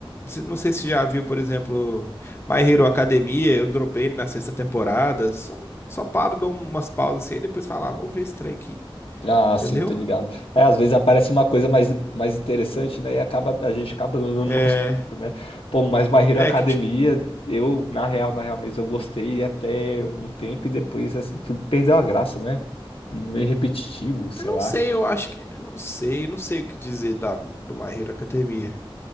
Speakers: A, on the left; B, on the left.
A: se- não sei se já viu, por exemplo, My Hero Academia. Eu dropei na sexta temporada. Só, só paro, dou umas pausas assim e depois falo, ah, vou ver esse trem aqui.
B: Ah,
A: Entendeu?
B: sim, tô ligado. É, às vezes aparece uma coisa mais, mais interessante, né? E acaba, a gente acaba andando
A: É,
B: mais pouco, né? Pô, mas My Hero
A: é
B: Academia,
A: que
B: eu, na real, na real mesmo, eu gostei até um tempo e depois assim, tu- perdeu a graça, né? Meio repetitivo, sei
A: Eu não
B: lá.
A: sei, eu acho que. Eu não sei, não sei o que dizer da, do My Hero Academia.